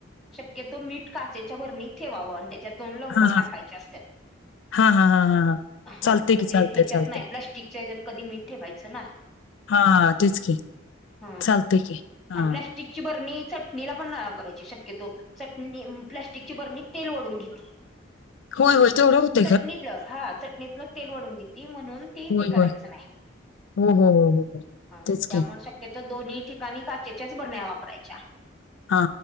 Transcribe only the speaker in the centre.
शक्यतो मीठ काचेच्या भरणीत ठेवावं आणि त्याच्यात दोन लवगा
टाकायचे असत्यात.
हा
म्हणजे
ह्याच्यात
नाही, प्लास्टिकच्या ह्याच्यात कधी मीठ ठेवायचं नाही.
ह
अन् प्लॅस्टिकची बरणी चटणीला पण नाय वापरायची शक्यतो. चटणी प्लॅस्टिकची बरणी तेल वढवून घेतील.
चटणीतलं हा चटणीतलं तेल वढून घेती म्हणून ती
हे करायचं
नाही
ह
त्यामुळे
शक्यतो दोन्ही ठिकाणी काचेच्याच बरण्या वापरायच्या